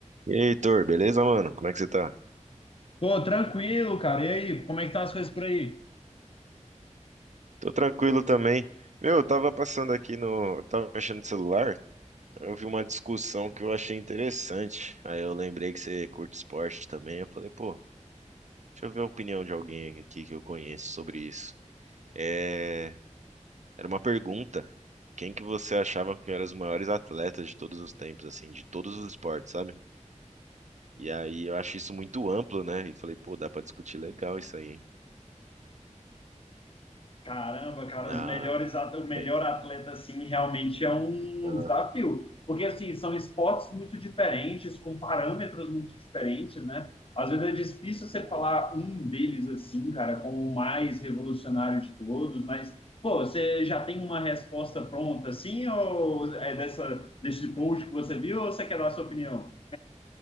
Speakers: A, on the right; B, on the left.
A: E aí, Heitor, beleza, mano? Como é que você tá?
B: Pô, tranquilo, cara. E aí, como é que estão as coisas por aí?
A: Tô tranquilo também. Meu, eu tava passando aqui no. eu Tava mexendo no celular, eu vi uma discussão que eu achei interessante. Aí eu lembrei que você curte esporte também. Eu falei, pô, deixa eu ver a opinião de alguém aqui que eu conheço sobre isso. É... Era uma pergunta. Quem que você achava que eram os maiores atletas de todos os tempos, assim, de todos os esportes, sabe? E aí eu acho isso muito amplo, né? E falei, pô, dá pra discutir legal isso aí, hein?
B: Caramba, cara,
A: Na.
B: os melhores, at- o melhor
A: Bem,
B: atleta, assim, realmente é um
A: ah,
B: desafio. Porque, assim, são esportes muito diferentes, com parâmetros muito diferentes, né? Às vezes é difícil você
A: muito.
B: falar um deles, assim, cara, como o mais revolucionário de todos, mas, pô, você já tem uma resposta pronta, assim, ou é dessa, desse post que você viu, ou você quer dar a sua opinião?